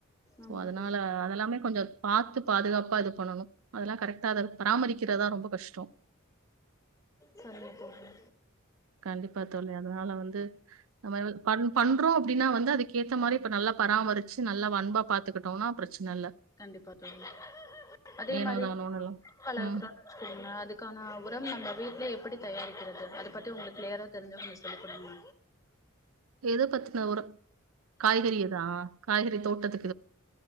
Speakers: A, on the left; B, on the right.
A: ஆமாம்
B: சோ அதனால
A: தோழி
B: அதெல்லாமே கொஞ்சோ பாத்து பாதுகாப்பா இது பண்ணணு அதெல்லா கரெக்டா அத பராமரிக்கிறதா ரொம்ப கஷ்டொ
A: சரிங்க தோழி
B: கண்டிப்பா தோழி அதனால வந்து <unintelligible> பன் பண்றோ அப்டின்னா வந்து அதுக்கேத்த மாரி இப்ப நல்லா பராமரிச்சு நல்லான் வன்பா பாத் பத்துக்கிட்டோனா பிரச்ன இல்ல
A: கண்டிப்பா தோழி அதே
B: ஏனோ
A: மாரி
B: தானோன்னு
A: <unintelligible> ட்டு
B: எல்லாம் ம்
A: கொடுங்க அதுக்கான உரம் நம்ம வீட்லே எப்டி தயாரிக்றது அத பத்தி உங்களுக்கு க்ளியராக தெரிஞ்சா கொஞ்ச சொல்லி குடுங்க
B: எத பத்தின ஒரு காய்கறிதா காய்கறி தோட்டத்துக்